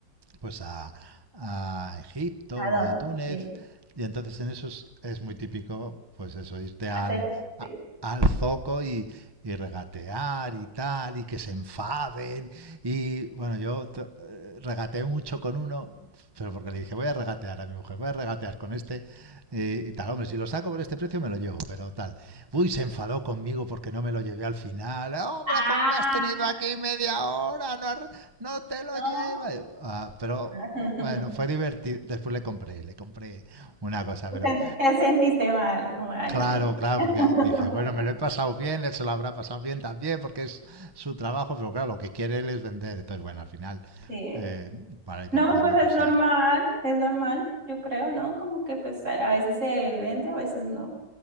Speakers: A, on the right; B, on the right.
A: pues a, a Egipto
B: ¿A
A: o
B: dónde?
A: a Túnez.
B: Sí.
A: Y entonces en esos es muy típico, pues eso, irte
B: Hacer
A: al,
B: sí.
A: a- al zoco y, y regatear y tal, y que se enfaden. Y bueno, yo t- eh, regateé mucho con uno, pero porque le dije, voy a regatear a mi mujer, voy a regatear con este eh, y tal. Hombre, si lo saco por este precio me lo llevo, pero tal. Uy, se enfadó conmigo porque no me lo llevé al final. Hombre,
B: Ah,
A: ¿cómo me has tenido aquí media hora? No has re- no te lo
B: no.
A: llevas. Ah, pero
B: <laughs>
A: bueno, fue divertido. Después le compré, le compré una cosa,
B: O
A: pero
B: sea, te sentiste mal, como, ay,
A: claro,
B: bueno.
A: claro,
B: <laughs>
A: porque dije, bueno, me lo he pasado bien, él se lo habrá pasado bien también, porque es su trabajo, pero claro, lo que quiere él es vender. Entonces, bueno, al final,
B: Sí.
A: eh, para ir
B: No,
A: comprando
B: pues es
A: cosas.
B: normal, es normal, yo creo, ¿no? Como que pues a a veces se vende, a veces no.